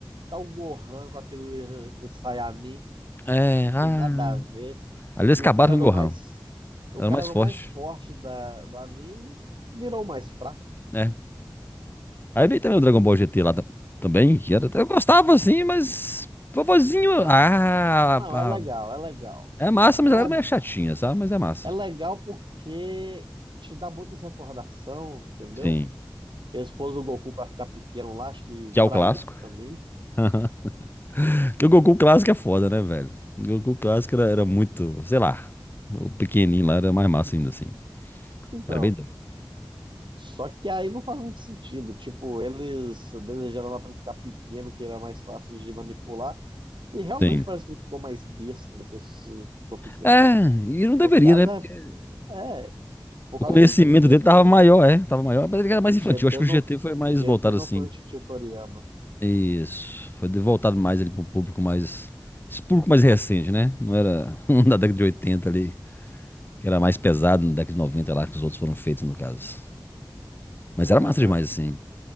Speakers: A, on the right; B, on the left.
A: tá o Gohan com aquele, aquele Sayami,
B: É, ah.
A: tem nada a ver.
B: Ali eles
A: E
B: acabaram
A: o cara era
B: com
A: o
B: o
A: mais,
B: Gohan.
A: o
B: Era
A: cara
B: o mais
A: era
B: forte.
A: o mais forte da, do anime, virou o mais fraco.
B: É. Aí veio também o Dragon Ball GT lá ta- também, que era. Eu gostava assim, mas. Vovozinho.
A: Não,
B: Ah,
A: não,
B: ah,
A: é legal, é legal.
B: é massa,
A: Não
B: mas ela
A: é,
B: era meio chatinha, sabe? Mas é massa.
A: é legal porque te dá muitas recordação, entendeu?
B: Sim.
A: Eles pôs o Goku pra ficar pequeno lá, acho que
B: Que é
A: pra
B: o clássico.
A: isso também.
B: <laughs> Porque o Goku clássico é foda, né, velho? O Goku clássico era, era muito, sei lá, o pequenininho lá era mais massa ainda assim.
A: Então,
B: Era bem doido.
A: só que aí não faz muito sentido. Tipo, eles desejaram lá pra ele ficar pequeno, que era mais fácil de manipular. E realmente
B: Sim.
A: parece que ele ficou mais besta depois que ficou pequeno.
B: É, e não deveria,
A: No caso,
B: né? Porque
A: é, é, Por
B: o
A: causa
B: conhecimento
A: do GT,
B: dele
A: né?
B: tava maior, é, tava maior, mas ele era mais
A: O
B: infantil.
A: GT
B: Acho que
A: não,
B: o GT foi mais
A: o
B: voltado
A: GT não
B: assim.
A: foi o Titio Toriyama.
B: Isso, foi de- voltado mais ali pro público mais, esse público mais recente, né? Não era <laughs> um da década de 80 ali, que era mais pesado, na década de 90 lá que os outros foram feitos no caso. Mas
A: Aham,
B: era massa demais assim.